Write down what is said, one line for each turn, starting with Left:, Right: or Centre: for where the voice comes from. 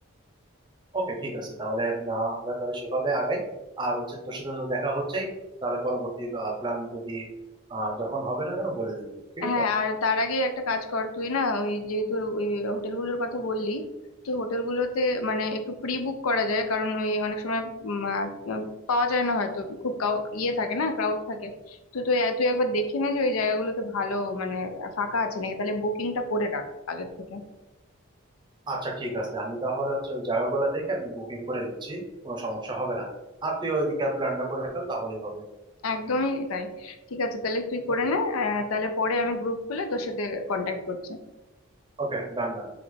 Right: ওকে ঠিক আছে তাহলে আহ, আমরা তাহলে সেভাবে আগাই আর হচ্ছে তোর সাথে তো দেখা হচ্ছেই তাহলে পরবর্তী প্ল্যান যদি আহ, যখন হবে না কেন বলে দেবো ঠিক
Left: হ্যাঁ
Right: আছে
Left: আর তার আগে একটা কাজ কর তুই না ওই যেহেতু ওই হোটেলগুলোর কথা বললি তো হোটেলগুলোতে মানে একটু প্রি বুক করা যায় কারণ ওই অনেক সময় উম, আহ, পাওয়া যায় না হয়তো খুব কাউ- ইয়ে থাকে না ক্রাউড থাকে তো তুই তুই একবার দেখে নে যে ওই জায়গাগুলোতে ভালো মানে ফাঁকা আছে নাকি তাহলে বুকিংটা করে রাখ আগের থেকে
Right: আচ্ছা ঠিক আছে আমি তাহলে হচ্ছে ওই জায়গাগুলো দেখে আমি বুকিং করে দিচ্ছি কোনো সমস্যা হবে না আর তুই ওইদিকের প্ল্যানটা করে ফেল তাহলেই হবে
Left: একদমই তাই ঠিক আছে তাহলে তুই করে
Right: ওকে
Left: নে আহ, তাহলে পরে আমি গ্রুপ খুলে তোর সাথে কন্ট্যাক্ট করছি
Right: ওকে ডান ডান